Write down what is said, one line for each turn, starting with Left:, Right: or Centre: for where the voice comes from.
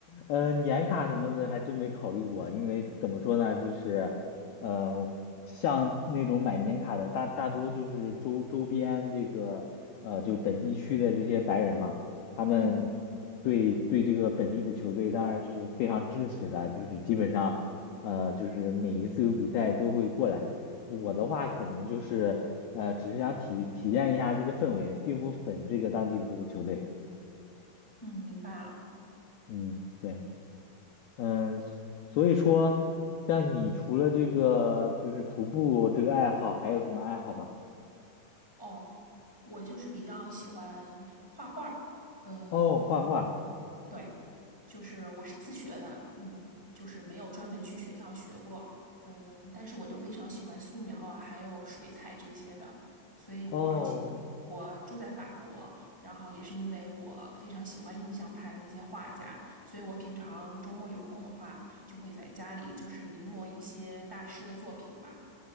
Left: 呃，年卡什么的还真没考虑过，因为怎么说呢，就是，呃，像那种买年卡的大大多就是周周边这个，呃，就本地区的这些白人嘛，他们对对这个本地的球队当然是非常支持的，
Centre: 嗯
Left: 就是基本上，呃，就是每一次有比赛都会过来。我的话可能就是，呃，只是想体体验一下这个氛围，并不粉这个当地的这个球队。
Centre: 嗯，明白了。
Left: 嗯，对。嗯，所以说，像你除了这个就是徒步这个爱好，还有什么爱好吗？
Centre: 哦，我就是比较喜欢画画儿，嗯，
Left: 哦，画画。
Centre: 所以对，就是我是自学的，嗯，就是没有专门去学校学过，嗯，但是我就非常喜欢素描啊，还有水彩这些的，所以而且我住在法国，
Left: 哦
Centre: 然后也是因为我非常喜欢印象派的那些画家，所以我平常周末有空的话，就会在家里就是临摹一些大师的作品吧，